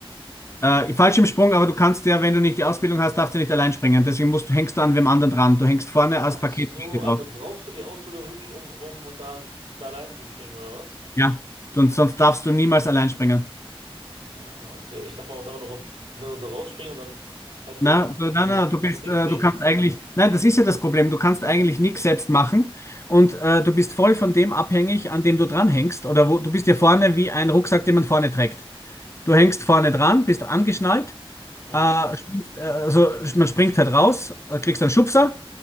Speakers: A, on the left (about 30°); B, on the right (about 80°).
A: Äh, falsch im Sprung, aber du kannst ja, wenn du nicht die Ausbildung hast, darfst du nicht allein springen. Deswegen musst, du- hängst du an wem anderen dran. Du hängst vorne
B: Ach
A: als Paketbote
B: so,
A: drauf.
B: also brauchst du die Ausbildung wirklich, um, um da, da allein zu springen, oder was?
A: Ja, und sonst darfst du niemals allein springen.
B: Ah, okay. Ich dachte, man muss einfach nur, nur so rausspringen und dann halt so
A: Na,
B: ein,
A: du-
B: so,
A: na,
B: so
A: na, du
B: so
A: bist,
B: ein Ding
A: äh,
B: ziehen.
A: du kannst eigentlich, nein, das ist ja das Problem. Du kannst eigentlich nichts selbst machen und äh, du bist voll von dem abhängig, an dem du dranhängst oder wo du bist ja vorne wie ein Rucksack, den man vorne trägt. Du hängst vorne dran, bist angeschnallt,
B: Mhm.
A: äh, springst, äh, also man springt halt raus, äh, kriegst einen Schubser